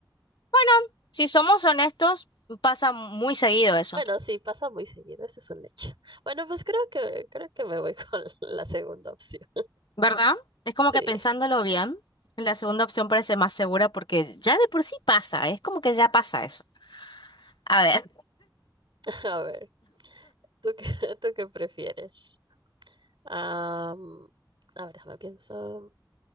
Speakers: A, on the left; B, on the right.
A: Bueno, si somos honestos, pasa muy seguido eso.
B: Bueno, sí, pasa muy seguido, ese es un hecho. Bueno, pues creo que, creo que me voy con <laughs> la segunda opción.
A: ¿Verdad? Es como
B: Sí.
A: que pensándolo bien, la segunda opción parece más segura porque ya de por sí pasa, es como que ya pasa eso. A ver.
B: <laughs> A ver, ¿tú qué, <laughs> tú qué prefieres? Am, a ver, déjame pienso.